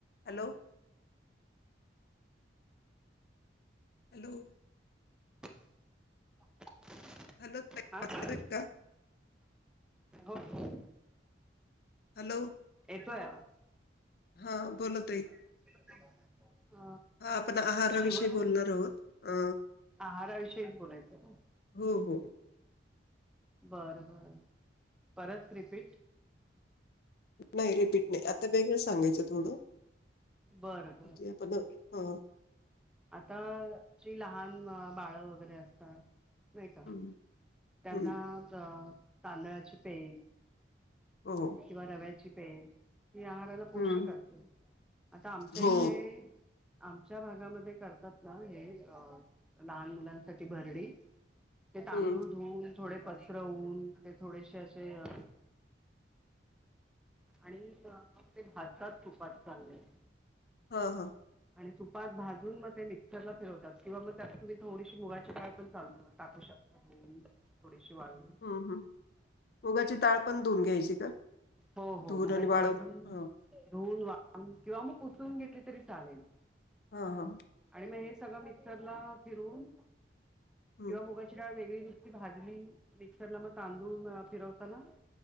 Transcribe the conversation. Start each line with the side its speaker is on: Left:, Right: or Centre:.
Left: Hello! Hello!
Centre: <unintelligible>
Left: Hello ताई,
Centre: आ
Left: आवाज
Centre: <unintelligible> हा
Left: येतोय का
Centre: <unintelligible>
Left: हॅलो!
Centre: येतोय आवाज.
Left: हा, बोला ताई.
Centre: <unintelligible>
Left: हा आपण आहाराविषयी
Centre: अ शिवन
Left: बोलणार आहोत अ
Centre: आहारा विषयीचं बोलायचं.
Left: हो हो.
Centre: बरं बरं परत रिपीट.
Left: नाही रिपीट नाही, आता वेगळं सांगायचं थोडं.
Centre: बरं बरं.
Left: म्हणजे आपण हा
Centre: आता जी लहान बाळ वगैरे असतात. नाही का,
Left: हम्म
Centre: त्यांना
Left: हम्म
Centre: तांदळाची पेज
Left: हो.
Centre: किंवा रव्याची पेज <unintelligible> पचायला पोषक
Left: हम्म
Centre: असते, आता आमच्या
Left: हो
Centre: इथे आमच्या भागामध्ये करतात ना, हे लहान मुलांसाठी भरडी. ते तांदूळ
Left: हम्म
Centre: धुवन थोडे पसरवून ते थोडेसे असे अ आणि मग ते भाजतात तुपात चांगले.
Left: ह ह.
Centre: आणि तुपात भाजून मग ते मिक्सरला फिरवतात, किंवा मग, त्यात तुम्ही थोडीशी मुगाची काळ पण चालं टाकू शकता. अम, थोडीशी वाळवून
Left: ह ह मुगाची टाळ पण, धुऊन घ्यायची का?
Centre: हो हो,
Left: धुवून
Centre: मुगाची
Left: आणि वाळव
Centre: डाळ पण
Left: हा
Centre: धुऊन वाळवून किंवा मग पुसून घेतली तरी चालेल.
Left: हा हा.
Centre: आणि मग हे सगळं मिक्सरला फिरवून
Left: हम्म
Centre: किंवा मुगाची ती काय वेगळी नुस्ती भाजली, मिक्सरला मग तांदूळ म फिरवताना